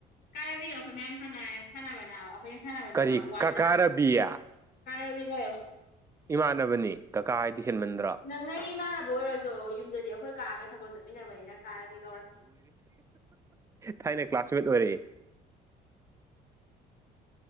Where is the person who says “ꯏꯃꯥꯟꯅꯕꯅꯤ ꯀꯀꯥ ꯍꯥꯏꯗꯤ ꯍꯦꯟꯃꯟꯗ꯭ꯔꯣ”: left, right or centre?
Right